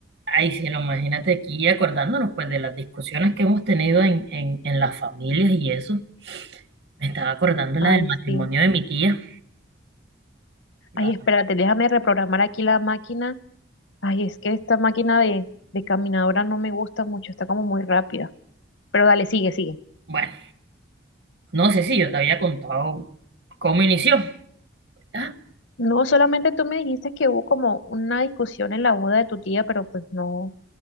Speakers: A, on the right; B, on the left.
A: Ay, sí, no, imagínate aquí acordándonos pues de las discusiones que hemos tenido en, en, en las familias y eso. Me estaba acordando
B: Ay,
A: la del matrimonio
B: sí.
A: de mi tía. La-
B: Ay, espérate, déjame reprogramar aquí la máquina. Ay, es que esta máquina de, de caminadora no me gusta mucho, está como muy rápida. Pero dale, sigue, sigue.
A: bueno, no sé si yo te había contado cómo inició. Ah,
B: No, solamente tú me dijiste que hubo como una discusión en la boda de tu tía, pero pues no,